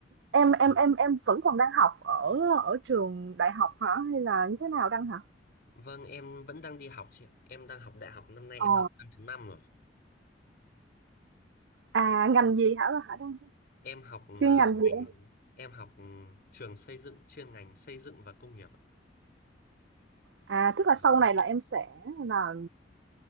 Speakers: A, on the right; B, on the left.
A: Em
B: Thì...
A: em em em vẫn còn đang học ở ở trường đại học hả hay là như thế nào Đăng hả?
B: Vâng, em vẫn đang đi học chị ạ. Em đang học đại học, năm nay
A: Ồ,
B: em học năm thứ năm rồi.
A: à ngành gì hả hả Đăng?
B: Em học
A: Chuyên
B: ờ,
A: ngành
B: ngành
A: gì em?
B: em học ừ, trường xây dựng chuyên ngành xây dựng và công nghiệp. ạ.
A: À tức là
B: Đó.
A: sau này là em sẽ là